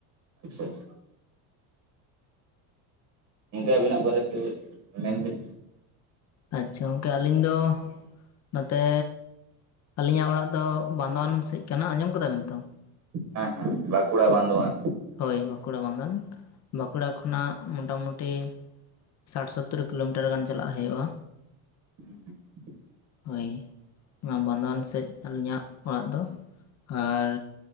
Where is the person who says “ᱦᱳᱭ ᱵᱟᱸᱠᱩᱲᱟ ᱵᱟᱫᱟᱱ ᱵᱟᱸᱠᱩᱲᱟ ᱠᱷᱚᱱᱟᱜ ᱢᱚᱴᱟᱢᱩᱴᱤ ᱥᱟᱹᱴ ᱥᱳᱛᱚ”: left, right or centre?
Left